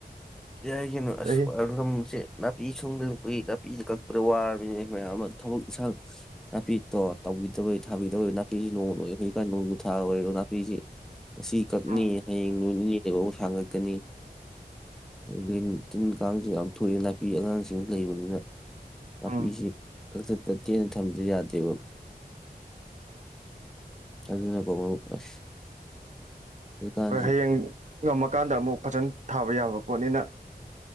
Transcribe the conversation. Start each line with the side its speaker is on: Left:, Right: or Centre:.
Centre: ꯌꯥꯏ ꯀꯩꯅꯣ ꯑꯁ
Right: ꯑꯩ
Centre: <unintelligible> ꯅꯥꯄꯤ ꯁꯣꯡꯕꯅ ꯑꯩꯈꯣꯏ ꯅꯥꯄꯤꯁꯤ ꯀꯛꯄꯗ ꯋꯥꯔꯕꯅꯤꯅꯦ ꯃꯌꯥꯝ ꯑꯃ ꯊꯕꯛ ꯁ ꯅꯥꯄꯤꯠ ꯇꯣ ꯇꯧꯕꯤꯗꯕꯩ ꯊꯥꯕꯤꯗꯕꯩ ꯅꯥꯄꯤꯁꯤ ꯅꯣꯡ <unintelligible> ꯍꯧꯖꯤꯛꯀꯥꯟ ꯅꯣꯡ ꯖꯨ ꯊꯥ ꯑꯣꯏꯕꯒ ꯅꯥꯄꯤ ꯖꯤ꯫ ꯉꯁꯤ ꯀꯛꯅꯤ
Right: ꯎꯝ
Centre: ꯍꯌꯦꯡ ꯅꯣꯏꯅꯤ꯫ <unintelligible> ꯁꯥꯡꯉꯛꯀꯅꯤ꯫ ꯂꯤꯟ ꯇꯤꯟ ꯀꯥꯡꯁꯨ ꯌꯥꯝ ꯊꯣꯛꯑꯦ ꯅꯥꯄꯤ ꯑꯉꯥꯡꯁꯤꯡ ꯂꯩꯕꯅꯤꯅ꯫ ꯅꯄꯤꯖꯤ
Right: ꯎꯝ
Centre: ꯀꯛꯊꯠꯇ ꯇꯦꯅ ꯊꯝꯗꯤ ꯌꯥꯗꯦꯕ, ꯑꯗꯨꯅꯀꯣ ꯃꯔꯨꯞ ꯑꯁ ꯍꯧꯖꯤꯛꯀꯥꯟꯁꯤ
Right: ꯍꯣꯏ ꯍꯌꯦꯡ ꯉꯝꯃꯀꯥꯟꯗ ꯑꯃꯨꯛ ꯐꯖꯅ ꯊꯥꯕ ꯌꯥꯕ ꯄꯣꯠꯅꯤꯅ